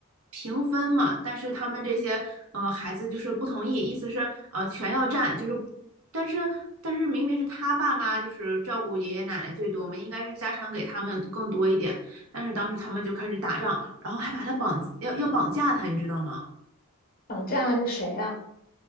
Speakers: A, on the right (about 75°); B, on the left (about 40°).
A: 平分嘛，但是他们这些嗯，孩子就是不同意，意思是呃全要占，就是但是但是明明是他爸妈就是照顾爷爷奶奶最多嘛，应该是家产给他们更多一点。但是当时他们就开始打仗，然后还把他绑要要绑架他，你知道吗？
B: 绑架那谁呀、